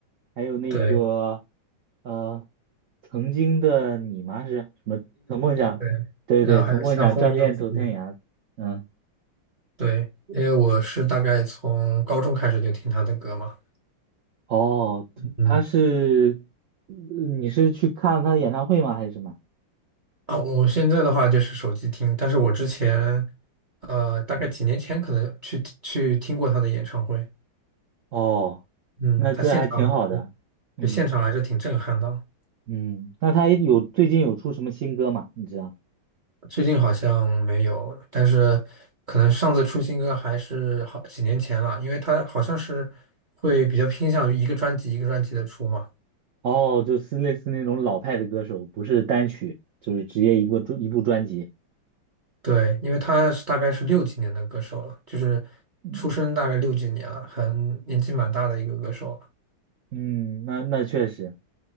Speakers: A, on the right (about 65°); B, on the right (about 35°).
A: 还有那个
B: 对
A: 呃，曾经的你吗？是什么？曾梦想，
B: 对，
A: 对对，
B: 然后还有像风一样自己，
A: 曾梦想，仗剑走天涯。嗯，
B: 对，因为我是大概从高中开始就听他的歌嘛，
A: 哦，
B: 嗯，
A: 他是，呃你是去看他的演唱会吗？还是什么？
B: 啊，我现在的话就是手机听，但是我之前，呃，大概几年前可能去去听过他的演唱会，
A: 哦，
B: 嗯，
A: 那这还挺好的。
B: 他现场还是，
A: 嗯。
B: 对，现场还是挺震撼的，
A: 嗯，那他有最近有出什么新歌吗？你知道？
B: 最近好像没有，但是可能上次出新歌还是好几年前了，因为他好像是会比较偏向于一个专辑一个专辑的出嘛。
A: 哦，就是类似那种老派的歌手，不是单曲，就是直接一个专一部专辑。
B: 对，因为他是大概是六几年的歌手了，就是出生大概六几年了，
A: 嗯
B: 很年纪蛮大的一个歌手了
A: 嗯，那那确实，